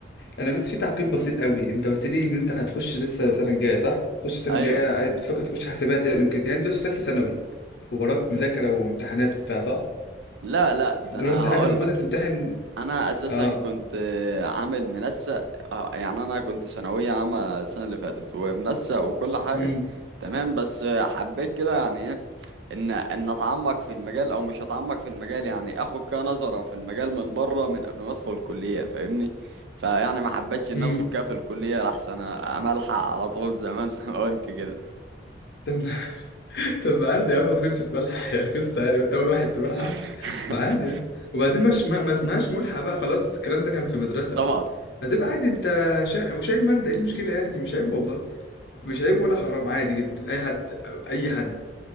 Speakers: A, on the left; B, on the right.
A: انا بس في تعقيب بسيط قوي انت قلت لي ان انت هتخش لسه السنه الجايه صح تخش السنه
B: ايوه
A: الجايه عايز- بتفكر تخش حاسبات يعني وكده يعني دلوقتي في ثالثه ثانوي ووراك مذاكره وامتحانات وبتاع صح
B: لا لا ده
A: وراك
B: انا
A: امتحانات
B: هقول
A: المفروض
B: لك
A: هتمتحن
B: انا اساسا
A: اه
B: كنت آه، عامل منسق آه، يعني انا كنت ثانويه عامه السنه اللي فاتت ومنسق وكل حاجه
A: امم
B: تمام بس آه، حبيت كده يعني ايه ان ان اتعمق في المجال او مش اتعمق في المجال يعني اخد كده نظره في المجال من بره من قبل ما ادخل الكليه فاهمني فيعني ما حبيتش ان
A: امم
B: ادخل كده في الكليه احسن املحق على طول زي ما انت <laughs> ما قلت كده
A: <laughs> طب ما عادي يا عم ما تخش تملحق <laughs> يا قصة يعني وانت أول واحد تملحق
B: <laughs>
A: ما عادي يا اسطى وبعدين مش ما, ما اسمهاش ملحق بقى خلاص الكلام ده كان في مدرسة
B: طبعا
A: هتبقى عادي انت شا... وشايل مادة ايه المشكلة يعني مش عيب والله مش عيب ولا حرام عادي جدا أي حد أي حد